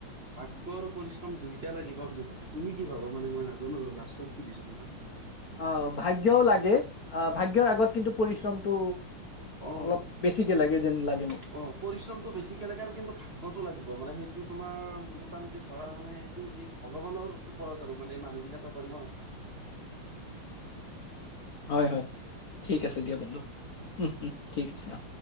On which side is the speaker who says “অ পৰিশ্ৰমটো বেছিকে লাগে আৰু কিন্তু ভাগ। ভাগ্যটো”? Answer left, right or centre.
Right